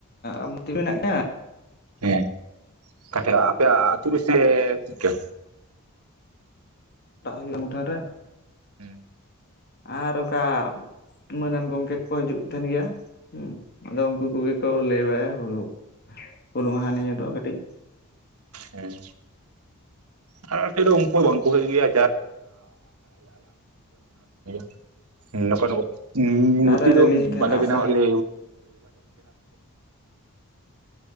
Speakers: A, on the left (about 45°); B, on the right (about 80°).
A: <inaudible> ᱢᱮᱱᱟᱜ ᱜᱮᱭᱟ᱾
B: ᱦᱮᱸ ᱠᱟ ᱴᱷᱮᱡ ᱟᱯᱮᱭᱟᱜ ᱟ ᱟᱹᱛᱩ ᱨᱮᱥᱮ ᱪᱮᱫᱠᱟ?
A: ᱴᱟᱜ ᱦᱩᱭᱩᱜᱼᱟ ᱢᱩᱴᱷᱟᱹᱱ ᱨᱮ᱾
B: ᱦᱩᱸ᱾
A: ᱟᱨ ᱚᱱᱠᱟ ᱢᱟᱹᱱᱟᱱ ᱜᱚᱝᱠᱮ ᱠᱚᱠᱚ ᱦᱤᱡᱩᱜ ᱛᱷᱟ. ᱱ ᱜᱮᱭᱟ᱾ ᱦᱩᱸ ᱟᱫᱚ ᱩᱱᱠᱩ ᱠᱚᱜᱮ ᱠᱚ ᱞᱟᱹᱭ ᱵᱟᱲᱟᱭᱟ ᱦᱩᱞᱩ ᱦᱩᱞ ᱢᱟᱦᱟ ᱱᱤᱭᱟ. ᱫᱚ ᱠᱟ. ᱴᱤᱡ᱾
B: ᱦᱮᱸ᱾ ᱟᱞᱮ ᱟᱹᱛᱩ ᱨᱮᱫᱚ ᱩᱱᱠᱩ ᱵᱟᱝ ᱠᱚ ᱦᱤᱡᱩᱜ ᱜᱤᱭᱟ <unintelligible> ᱱᱚᱝᱠᱟ ᱱᱚᱝᱠᱟ ᱢᱩᱨᱛᱤ
A: ᱟᱨ
B: ᱫᱚ
A: ᱨᱮᱞᱤ ᱦᱩᱭᱩᱜ ᱛᱟᱦᱮᱱᱟ
B: ᱵᱟᱞᱮ ᱵᱮᱱᱟᱣᱟ
A: ᱟᱥᱟᱲ
B: ᱟᱞᱮ